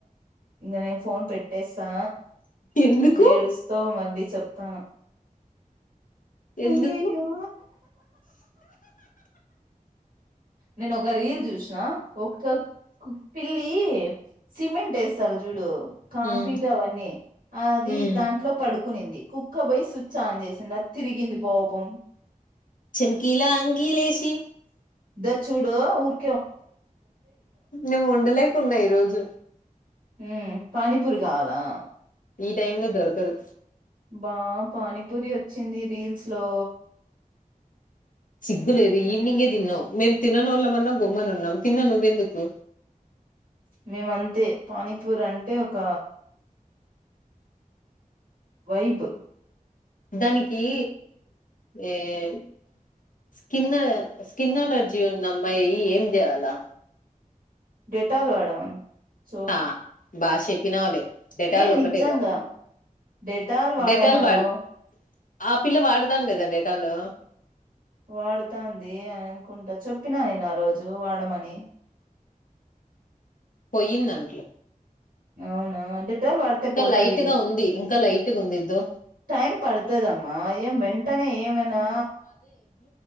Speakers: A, on the right; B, on the left.
A: ఇంక నేను ఫోన్ పెట్ ట్టేస్తా
B: ఎందుకు
A: ఏడుస్తావ్ మళ్ళీ చెప్తాను
B: ఎందుకు
A: అయ్యయ్యో నేను ఒక రీల్ చూసిన ఒక పిల్లి సిమెంట్ వేస్తారు చూడు కాంక్రీట్
B: ఉమ్
A: అవన్నీ అది
B: ఉమ్
A: దాంట్లో పడు కునింది కుక్క పోయి స్విచ్ ఆన్ చేసిందా తిరిగింది పాపం
B: చంకీలా అంగీలేసి
A: ద చూడో ఊర్
B: నె ఉండలేకున్నా ఈరోజు
A: ఉ పానీపూరి కావాలా
B: ఈ టైమ్ లో దొరకదు
A: బా పానీపూరి వొచ్చింది రీల్స్ లో
B: సిగ్గులేదు ఈవినింగే తిన్నావ్. మేము తిననో ళ్ళమన్నా గమ్మనున్నాం తిన్నా నువ్వెందుకు
A: మేమ అంతే పానీపూర్ అంటే ఒక వైబ్
B: దానికి కీ ఏరు స్కిన్ స్కిన్ అలర్జీ ఉంది అమ్మాయి ఏం చేయాలా
A: డెటాల్ వాడమను సోప్
B: ఆ బాగా చెప్పినావులే డెటాల్
A: ఏ
B: ఒకటే
A: నిజంగా
B: కాదు
A: డెటాల్ వాడమను
B: డెటాల్ వాడి ఆ పిల్ల వాడదాంది కదా డెటాలు
A: వాడుతాంది అని అనుకుంటా చెప్పినా నేను ఆ రోజు వాడమని
B: పొయ్యిందంట్లే
A: అవునా అంటే వాడితే పోతది
B: లైట్ గా ఉంది ఇంకా లైట్ గా ఉంది ఇద్దో
A: టైం పడుతదమ్మా ఏం వెంటనే ఏమైనా